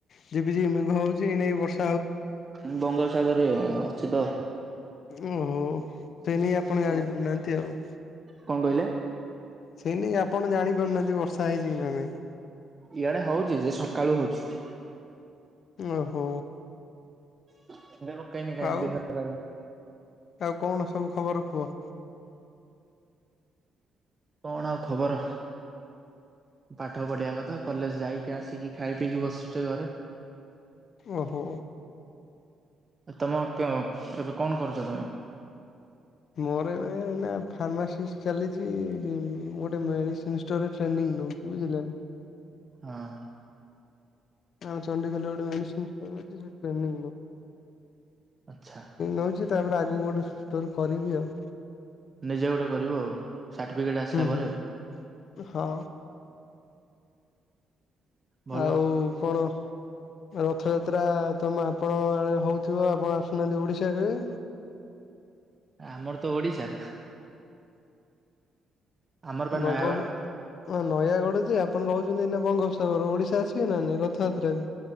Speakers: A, on the left; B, on the right.
A: ଝିପି ଝିପି ମେଘ ହଉଚି ଏନାଇ ବର୍ଷ
B: ମୁଁ ବଙ୍ଗୋପସାଗରରେ ଅଛିତ
A: ଓହୋ ସେନେଇଁ ଆପଣ ଜାଣିପାରୁନାହାନ୍ତି ଆଉ।
B: କଁ କହିଲେ?
A: ସେଇ ନାଗି ଆପଣ ଜାଣିପାରୁନାହାନ୍ତି ବର୍ଷା ହେଇଚିକି ନା ନାଇଁ।
B: ଇଆଡ଼େ ହଉଚିଯେ ସକାଳୁ ହଉଚି।
A: ଓହୋ।
B: <unintelligible> ପକେଇନି କାଇଁ
A: ଆଉ
B: ଦିନା ସାରା
A: ଆଉ କଣ ସବୁ ଖବର କୁଅ?
B: କଣ ଆଉ ଖବର। ପାଠ ପଢିବା କଥା କଲେଜ୍ ଯାଇକି ଆସିକି ଖାଇ ପିଇକି ବସୁଚେ ଘରେ।
A: ଓହୋ।
B: ଆଁ ତମର କଁ ଏବେ କଣ କରୁଚ ତମେ?
A: ମୋର ଏବେ ଫାର୍ମାସିଷ୍ଟ ଚାଲିଚି ଗୋଟେ ମେଡ଼ିସିନ୍ ଟ୍ରେନିଂ ନଉଚି ବୁଝିଲେ।
B: ହଁ।
A: ଆଉ ଚଣ୍ଡିଖୋଲରେ ଗୋଟେ ମେଡ଼ିସିନ୍ ଷ୍ଟୋର ଅଛି ସେଠି ଟ୍ରେନିଂ
B: ଆଚ୍ଛା
A: ନଉଚି ତାପରେ ଆଗକୁ ଗୋଟେ ଷ୍ଟୋର କରିବି ଆଉ।
B: ନିଜେ ଗୋଟେ କରିବ ଆଉ ସାର୍ଟିଫିକେଟ୍ ଆସିଲା
A: ହୁଁ
B: ପରେ
A: ହୁଁ
B: ଆଉ।
A: ହଁ।
B: ଭଲ।
A: ଆଉ କଣ ରଥଯାତ୍ରା ତମେ ଆପଣ ଆଡ଼େ ହଉଥିବ ଆପଣ ଆସୁନାହାନ୍ତି ଓଡ଼ିଶା କେବେ?
B: ଆମରତ ଓଡ଼ିଶା। ଆମର ବା
A: ବୋଗବ
B: ନୟାଗଡ଼
A: ହଁ ନୟାଗଡ଼ଯେ ଆପଣ ରହୁଚନ୍ତି ଏଇନା ବଙ୍ଗୋପସାଗର ଓଡ଼ିଶା ଆସିବେନା ନାଇଁ ରଥଯାତ୍ରାରେ?